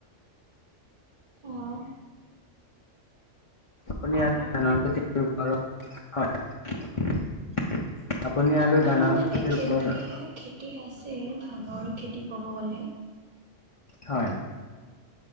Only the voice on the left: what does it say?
আপুনি
আৰু ধানৰ খেতি কৰিব পাৰ হয়। আপুনি আৰু
ধানৰ
খেতিৰ
ওপৰত
হয়ঁ!